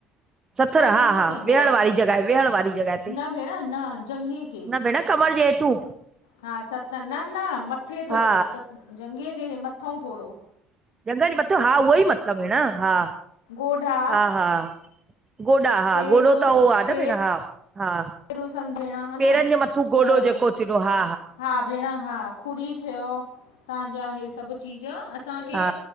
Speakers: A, on the right; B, on the left.
A: सथर हा
B: कंहिंखे
A: हा
B: चइबो
A: वियण
B: आहे
A: वारी जॻहि वेहण वारी जॻहि तेे
B: न भेण न जंघे खे
A: न भेण कमर जे हेठू
B: हा सत न न मथे थोड़ो
A: हा
B: सत जंघीअ जे मथो थोड़ो
A: जंघ जे मथोउ हा उहो ई मतिलबु भेण हा
B: ॻोढा
A: हा हा गोॾा हा
B: पेर
A: गोॾो त हू आ
B: पेर
A: न भेण हा हा
B: पेर सम्झ भेण हा न
A: पेरनि जे मथां गोॾो
B: त
A: जेको थींदो हा
B: हा भेण हा खुरी थियो तांंजा इहे सभु चीज़ असांखे
A: हा